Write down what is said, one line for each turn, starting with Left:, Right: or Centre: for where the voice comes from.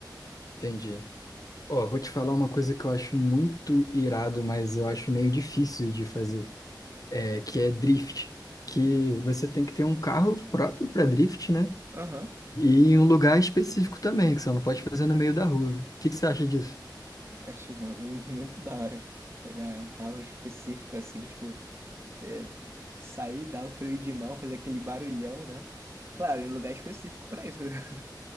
Left: Entendi. Ó, vou te falar uma coisa que eu acho muito irado, mas eu acho meio difícil de fazer, é, que é drift, que você tem que ter um carro próprio para drift, né?
Right: Aham,
Left: E em um lugar específico também, que você não pode fazer no meio da rua. O que que você acha disso?
Right: acho ma- <laughs> muito da hora pegar um carro específico assim, tipo, é, sair, dar o freio de mão, fazer aquele barulhão, né? Claro, em lugar específico pra isso. <laughs>